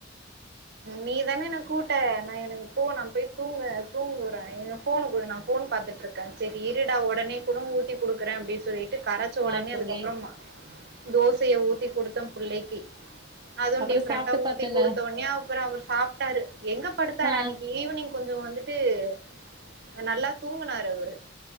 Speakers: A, on the right (about 55°); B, on the right (about 20°).
A: நீ தானே என்ன கூட்ட நா எனக்கு போ நா போய் தூங்க தூங்குற எ ஃபோனு குடு நா ஃபோன் பாத்துட்டுருக்கே செரி இருடா ஒடனே கூட ஊத்தி குடுக்குறே அப்டி சொல்லி ட்டு கரச்ச
B: அ.
A: ஒடனே
B: ஆ தோழி.
A: அதுக்கப்புறோ மா தோசயை ஊத்தி குடுத்த புள்ளைக்கி அதுவு
B: அப்புறம்
A: டிஃப்ரெண்ட்டா
B: சாப்ட்டு
A: ஊத்தி
B: பாத்துன
A: குடுத்த ஒன்யே அப்புறோ அவரு சாப்ட்டாரு எங்க படுத்தாரு
B: ஆ
A: அன்னிக்கு ஈவினிங் கொஞ்சோ வந்துட் ட்டூ நல்லா தூங்குனார் டவர்ரூ